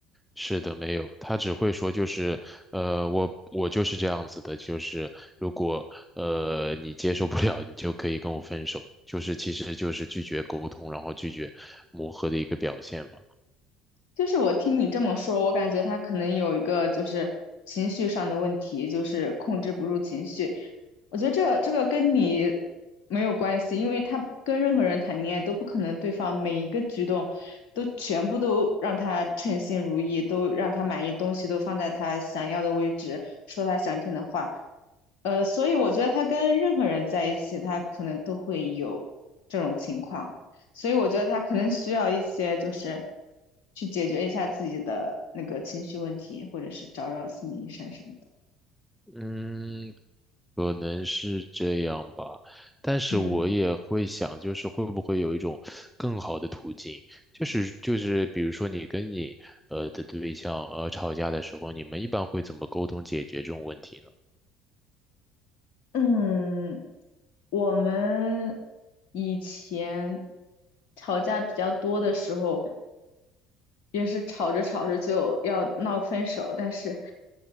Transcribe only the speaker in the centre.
是的，没有，他只会说就是，呃，我我就是这样子的，就是如果呃你接受不了，你就可以跟我分手，就是其实就是拒绝沟通，然后拒绝磨合的一个表现嘛。
嗯，可能是这样吧，但是我也会想，
就是会不会有一种更好的途径，就是就是比如说你跟你呃的对象呃吵架的时候，你们一般会怎么沟通解决这种问题呢？